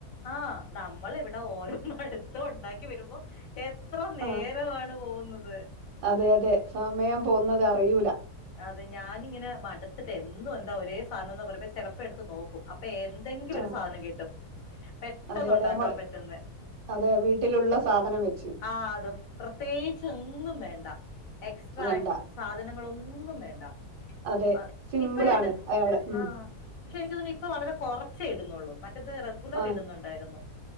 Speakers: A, on the left (about 60°); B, on the right (about 85°).
A: ആഹ് നമ്മൾ ഇവിടെ ഓരോ എടുത്തു ഉണ്ടാക്കി വരുമ്പോ എത്ര നേരമാണ്
B: ആ
A: പോകുന്നത്
B: അതെ അതെ സമയം പോകുന്നത് അറിയൂല
A: അതെ ഞാൻ ഇങ്ങനെ മടുത്തിട്ട് എന്നും എന്താ ഒരേ സാധനംന്ന് പറിഞ്ഞ് ചിലപ്പോ എടുത്ത് നോക്കും അപ്പൊ എ എന്തെങ്കിലും
B: ആ
A: ഒരു സാധനം കിട്ടും പെട്ടെന്ന്
B: അതെ അതെ
A: ഉണ്ടാക്കാൻ
B: നമ്മൾ
A: പറ്റുന്ന
B: അതെ വീട്ടിലുള്ള സാധനം വെച്ച്
A: ആഹ് അതും പ്രത്യേകിച്ച് ഒന്നും വേണ്ട എക്സ്ട്രാ
B: വേണ്ട
A: സാധനങ്ങളൊന്നും വേണ്ട
B: അതെ
A: ആഹ്
B: സിമ്പിളാണ്
A: ഇപ്പഴുഇട്ട്
B: അയാള് ഉം.
A: ആഹ പക്ഷെ എനിക്ക് തോന്നി ഇപ്പോ വളരെ കുറച് ഇടുന്നുഉള്ളൂ മറ്റത് റെഗുലറിടുന്നുണ്ടായിരുന്നു
B: ആഹ്